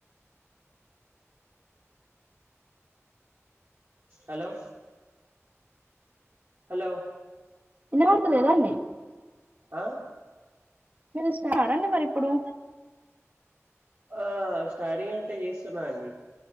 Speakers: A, on the right (about 55°); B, on the right (about 35°).
A: హలో హలో
B: ఇన్నపడతలేదా అండి
A: ఆ
B: పిలుసున్నారా అండి మీరు ఇప్పుడు
A: ఆ స్టడీ అంటే చేస్తున్నా అండి